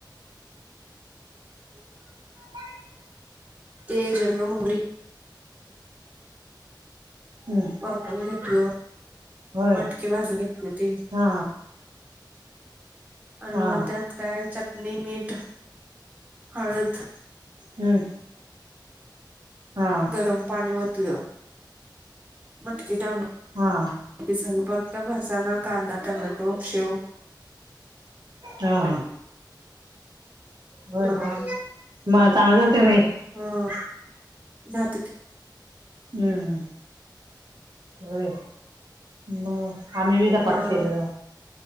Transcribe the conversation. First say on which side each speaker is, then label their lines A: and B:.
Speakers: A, on the right; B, on the right.
A: <inaudible>
B: ते जिर, मोहरी <inaudible>
A: हम्म
B: परतून घेतलो.
A: होय
B: मटकी भाजून घेतली हुती.
A: हा
B: आणि
A: हा
B: म त्यात काय चटणी, मीठ, हळद
A: हम्म. हा
B: गरम पाणी वतल मटकीत आम्ही
A: हा.
B: <unintelligible> फरसाना, कांदा, टमॅटो शेव
A: हा. होय
B: हा
A: मग चांगलं झालत का नाही
B: हा जातीत.
A: हम्म, होय. मग आम्ही बी धपाट
B: हा
A: केलं